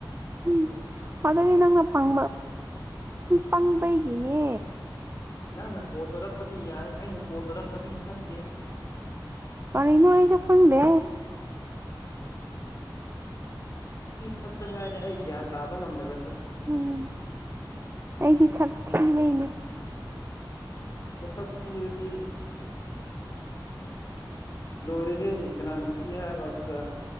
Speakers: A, on the right; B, on the left.
A: ꯎꯝ ꯑꯗꯨꯗꯤ ꯅꯪꯅꯕꯩ ꯄꯥꯡꯕꯩꯒꯤꯅꯦ
B: ꯅꯪꯅ ꯀꯣ ꯇꯣꯔꯛꯄꯗꯤ ꯌꯥꯏ ꯑꯩꯅ ꯀꯣ ꯇꯣꯔꯛꯄꯗꯤ ꯆꯠꯇꯦ
A: ꯃꯔ ꯏꯅ ꯑꯩꯖꯈꯪꯗꯦ
B: ꯁꯤ ꯈꯛꯇ ꯉꯥꯏꯔꯦ ꯑꯩ ꯒ꯭ꯌꯥꯟ ꯇꯥꯕ ꯉꯝꯗꯕꯁꯦ
A: ꯎꯝ ꯑꯩꯗꯤ ꯁꯛ ꯊꯤꯕꯩꯅꯦ
B: ꯁꯛ ꯊꯤꯡ ꯔꯗꯤ ꯂꯣꯏꯔꯦꯍꯦ ꯀꯅꯥꯅ ꯊꯤ ꯍꯥꯏꯕ ꯑꯗꯨꯗ